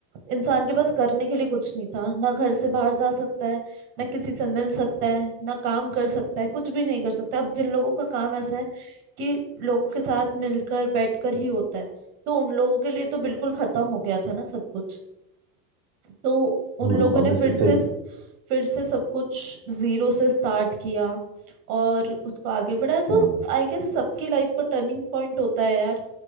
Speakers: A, on the right; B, on the right.
A: इंसान के पास करने के लिए कुछ नहीं था ना घर से बाहर जा सकता है ना किसी से मिल सकता है ना काम कर सकता है कुछ भी नहीं कर सकता अब जिन लोगों का काम ऐसा है कि लोगों के साथ मिलकर बैठकर ही होता है तो उन लोगों के लिए तो बिल्कुल खत्म हो गया था ना सब कुछ तो उन
B: हम्म
A: लोगों
B: अब
A: ने फिर
B: इस- इससे
A: से फिर से सब कुछ जीरो से स्टार्ट किया और खुद को आगे बढ़ाया
B: हम्म,
A: तो आई गेस सबकी लाइफ का टर्निंग पॉइंट होता है यार